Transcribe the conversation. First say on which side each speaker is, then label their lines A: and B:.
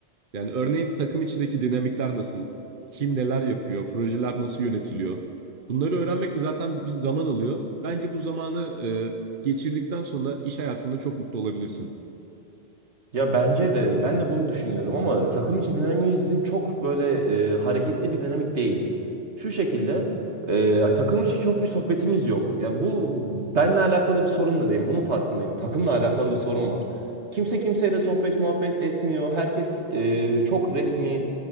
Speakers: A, on the right; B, on the right.
A: Yani örneğin takım içindeki dinamikler nasıl? Kim neler yapıyor? Projeler nasıl yönetiliyor? Bunları öğrenmek de zaten bir zaman alıyor. Bence bu zamanı e, geçirdikten sonra iş hayatında çok mutlu olabilirsin.
B: Ya bence de ben de bunu düşünüyorum ama takım içi dinamiğimiz bizim çok böyle e, hareketli bir dinamik değil. Şu şekilde e, takım içi çok bir sohbetimiz yok. Ya bu benle alakalı bir sorun da değil. Bunun farkındayım. Takımla alakalı bir sorun var. Kimse kimseyle sohbet muhabbet etmiyor. Herkes e, çok resmi.